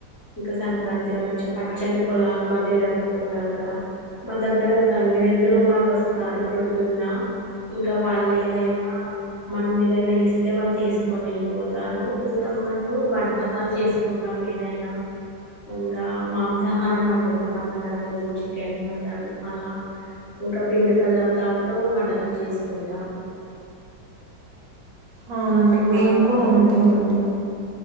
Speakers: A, on the left; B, on the right.
A: ఇంకా సంక్రాంతిలో మంచి పచ్చని పొలాల మధ్య జరుపుకుంటారు కదా మా దగ్గర గంగిరెద్దులు వాళ్ళు వస్తారు ప్రొద్దున్న ఇంకా వాళ్ళు ఏదైనా మనం ఏదైనా ఇస్తే వాళ్ళు తీసుకొని వెళ్ళిపోతారు ఇంకా మేము వంటకాలు చేసుకుంటాం ఏదైనా ఇంకా మాంస మాంసాహారం వండుకుంటామండి ఆ రోజు చికెన్ మటన్ అలా ఇంకా పిండి పదార్థాలతో వంటకాలు చేసుకుంటాం
B: అవునండి మేం
A: అలా ఉంటాది
B: కూడా అంతేనండి